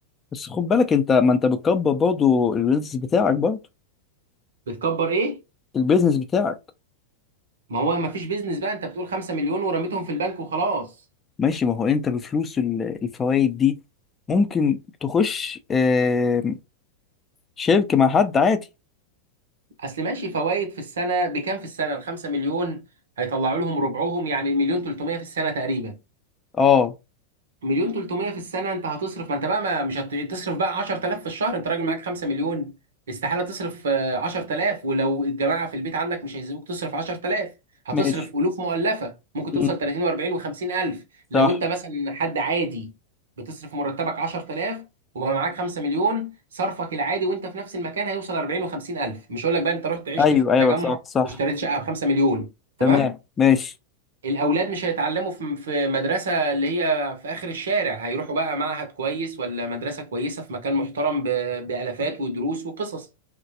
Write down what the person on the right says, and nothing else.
بتكبر ايه
ما هو ما فيش بيزنس بقى انت بتقول 5 مليون ورميتهم في البنك وخلاص
اصل ماشي فوائد في السنه بكام في السنه ال 5 مليون هيطلعوا لهم ربعهم يعني مليون 300 في السنه تقريبا
مليون 300 في السنة انت هتصرف ما انت بقى ما مش هت- تصرف بقى 10000 في الشهر انت راجل معاك 5 مليون استحالة تصرف آه، 10000 ولو الجماعة في البيت عندك مش هيسيبوك تصرف 10000 هتصرف
ألوف مؤلفة ممكن توصل
30 و40 و50 ألف لو
انت مثلا حد عادي بتصرف مرتبك 10000 وبقى معاك 5 مليون صرفك العادي وانت في نفس المكان هيوصل 40 و50 ألف مش هقول لك بقى انت رحت عشت
في التجمع
واشتريت شقة ب 5 مليون تمام
الاولاد مش هيتعلموا في في مدرسه اللي هي في اخر الشارع هيروحوا بقى معهد كويس ولا مدرسه كويسه في مكان محترم ب- بالافات ودروس وقصص